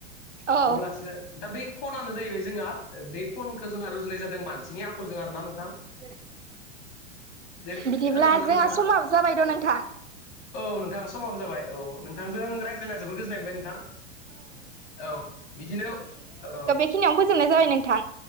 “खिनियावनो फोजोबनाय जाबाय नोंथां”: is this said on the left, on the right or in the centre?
Right